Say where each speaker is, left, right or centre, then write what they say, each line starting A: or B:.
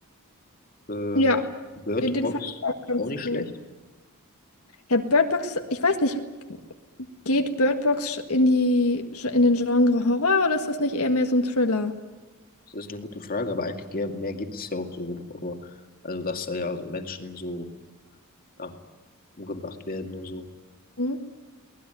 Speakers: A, on the left (about 40°); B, on the left (about 75°).
A: Ähm,
B: Ja,
A: Bird
B: den, den
A: Box
B: fand ich auch
A: ist
B: ganz
A: auch nicht
B: gut.
A: schlecht.
B: Ja, Bird Box, ich weiß nicht, geht Bird Box in die, in den Genre Horror oder ist das nicht eher mehr so ein Thriller?
A: Das ist eine gute Frage, aber eigentlich ge- mehr geht es ja auch so um Horror. Also, dass da ja so Menschen so ja, umgebracht werden und so.
B: Hm?